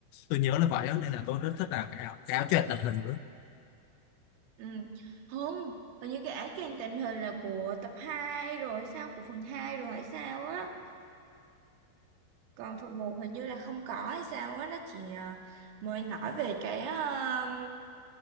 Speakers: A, on the left; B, on the right.
A: tôi nhớ là vậy đó, nên là tôi rất thích là cái áo, cái áo choàng tàng hình nữa
B: ừ không hình như cái áo choàng tình hình là của tập 2 rồi hay sao của phần 2 rồi hay sao á còn phần một hình như là không có hay sao á nó chỉ ờ, mới nói về cái ờ,